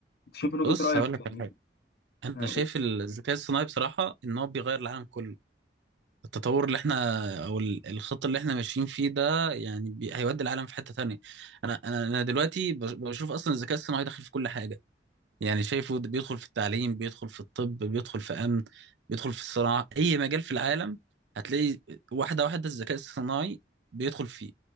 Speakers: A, on the left; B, on the right.
A: انت شايف من وجهة
B: بص
A: رأيك
B: هقول لك
A: يعني
B: على حاجة أنا
A: أنا
B: شايف
A: أقول-
B: الذكاء الصناعي بصراحة إن هو بيغير العالم كله التطور اللي إحنا أو ال- الخط اللي إحنا ماشيين فيه ده يعني بي... هيودي العالم في حتة تانية أنا أنا أنا دلوقتي بش- بشوف أصلا الذكاء الصناعي داخل في كل حاجة يعني شايفه ده بيدخل في التعليم بيدخل في الطب بيدخل في أمن بيدخل في الصناعة أي مجال في العالم هتلاقي واحدة واحدة الذكاء الصناعي بيدخل فيه